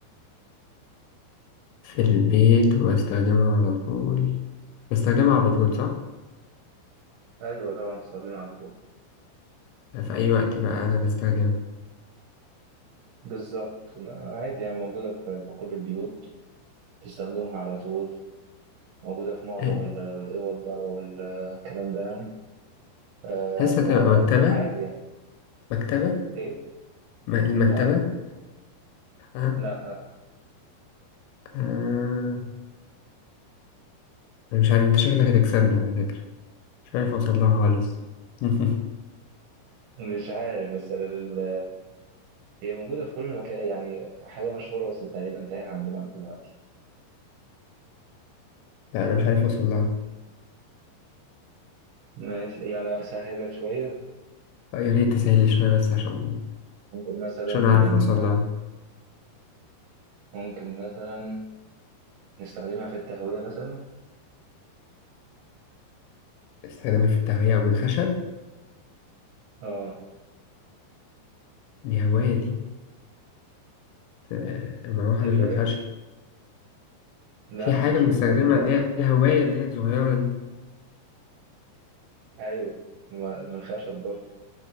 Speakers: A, on the left; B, on the right.
A: في البيت وبستخدمها على طول بستخدمها على طول صح
B: ايوه طبعا تستخدمها على طول
A: في اي وقت بقى انا بستخدمها
B: بالظبط لا عادي يعني موجوده في في كل البيوت تستخدمها على طول موجوده في معظم
A: آه،
B: ال- الاوض ده والكلام ده يعني أه
A: حاسة
B: ما-
A: تبقى مكتبة
B: عادي يعني
A: مكتبة
B: ايه
A: م- المكتبة
B: لا
A: اه,
B: لا لا،
A: آه. أنا مش عارف انت شكلك هتكسبني على فكرة مش عارف اوصل لها خالص <laughs>
B: مش عارف بس ال- هي موجوده في كل المكان يعني حاجه مشهوره بس تقريبا تايهه عندنا دلوقتي
A: لا انا مش عارف اوصل لها
B: ماشي يعني أسهلك شوية
A: آه، يا ريت تسهل لي شوية بس عشان
B: ممكن مثلا
A: عشان اعرف
B: بن
A: اوصل لها
B: ممكن مثلا نستخدمها في التهوية مثلا
A: استخدمها في التهوية او بالخشب
B: اه
A: دي هواية دي آه، المروحة
B: تبقى
A: مش بالخشب
B: ايه؟ لا
A: في حاجة
B: مش
A: بنستخدمها
B: من خشب لا
A: اللي هي الهواية اللي هي الصغيرة دي
B: أيوه م- من خشب برضه